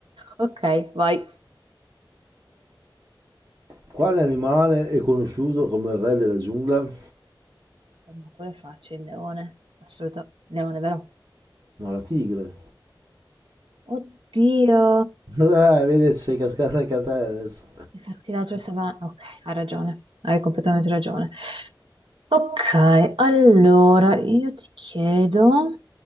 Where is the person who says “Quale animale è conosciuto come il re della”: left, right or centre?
Right